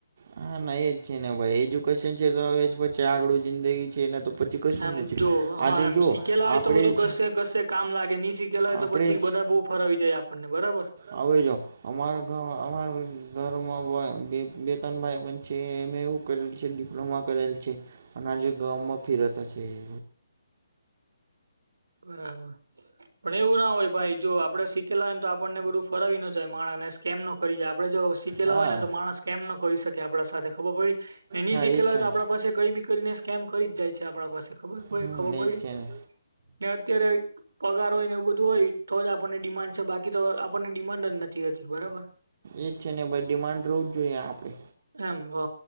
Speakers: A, on the right; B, on the right.
A: હા ના એ જ છે ને ભાઈ એજુકેશન છે તો હવે પછી આગળું જિંદગી છેને તો પછી કશું
B: એમ
A: જ નથી.
B: જો હા
A: આજે
B: એમ
A: જો
B: શીખેલા
A: આપણેે
B: હોય તો બધું
A: જ
B: કશે કશે કામ લાગે નહી શીખેલા હોય
A: આપણેે
B: તો પછી બધા બહ ફરા વી જાય આપણને બરાબર
A: આવે જા અમારા અમારા ઘરોમાં બે તણ ભાઈ પણ છે એમ એવું કરેલ છે ડિપ્લોમા કરેલ છે અને આ જે ગામમાં ફિરતા છે એ
B: બરાબર પણ એવું ના હોય ભાઈ જો આપડણે શીખેલા હોય ને તો આપણને બધું ફરવી ન જાય માણા ને સ્કેમ નો કરી આપડે જો શીખેલા
A: હા
B: હોય ને તો માણસ કેમ ન કરી શકે આપડા સાથે ખબર પડી એ ની
A: હા
B: શીખેલા
A: છે
B: હોય તો
A: ને
B: આપડા પાસે કઈ બી કરીને સ્કેમ કરી જ જાય છે આપણા પાસે ખબર કો
A: હમ
B: ખબર પડીડી
A: એ છે ને
B: ને અત્યારે પગાર હોય ને એવું બધું હોય તો જ આપણને ડિમાન્ડ છે બાકી તો આપણને ડિમાન્ડ જ નથી હતી બરાબર
A: એજ છે ને ભાઈ ડિમાન્ડ રવું જ જોઈએ આપડે
B: એમ હ